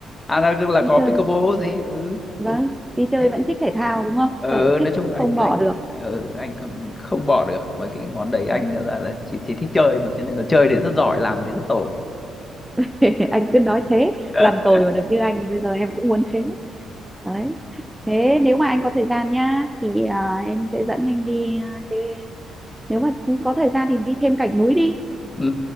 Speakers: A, on the left; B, in the centre.
A: à là là
B: đi
A: có
B: chơi
A: pickleball gì ừ
B: vâng đi chơi
A: thế
B: vẫn thích thể thao đúng không
A: ừ,
B: sở thích
A: nói chung
B: cũng
A: là
B: không
A: anh anh
B: bỏ được
A: ừ, anh cũng không bỏ được mấy cái món đấy
B: Ờ,
A: anh là là chỉ, chỉ thích chơi mà cho nên là chơi thì rất giỏi làm thì rất tồi
B: <laughs> anh cứ nói thế
A: <laughs>
B: làm tồi mà được như anh thì bây giờ em cũng muốn thế đấy thế nếu mà anh có thời gian nhá thì à, em sẽ dẫn anh đi, à, đi nếu mà có thời gian thì đi thêm cảnh núi đi
A: ừ